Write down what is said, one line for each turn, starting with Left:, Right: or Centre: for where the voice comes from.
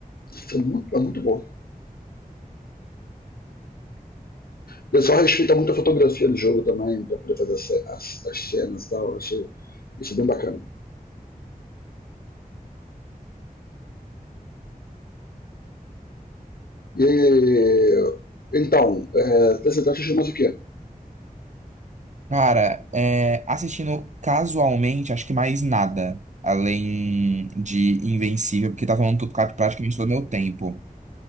Left: Isso é muito, é muito bom. O pessoal respeita muito a fotografia do jogo também, pra poder fazer as, ce- as- as cenas e tal. Eu achei isso bem bacana. E, então, é, TCT chama-se o quê?
Right: Cara, é, assistindo casualmente, acho que mais nada. Além de Invencível, porque tá falando tudo cara, praticamente todo o meu tempo.